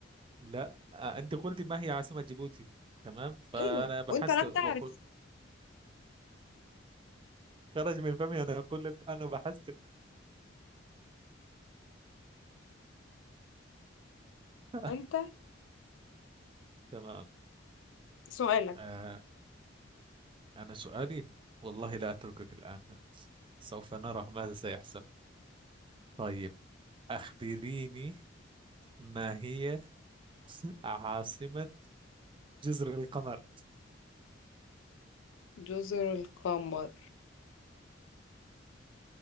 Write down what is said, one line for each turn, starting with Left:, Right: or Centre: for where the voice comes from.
Right: لا آه، انت قلت ما هي عاصمة جيبوتي تمام فانا
Left: ايوه
Right: بحثت
Left: وانت لم
Right: وقل
Left: تعرف
Right: خرج من فمي انا اقول لك انا بحثت <laughs>
Left: انت
Right: تمام
Left: سؤالك
Right: آه انا سؤالي والله لا اتركك الان سوف نرى ماذا سيحصل طيب اخبريني ما هي <laughs> عاصمة جزر القمر
Left: جزر القمر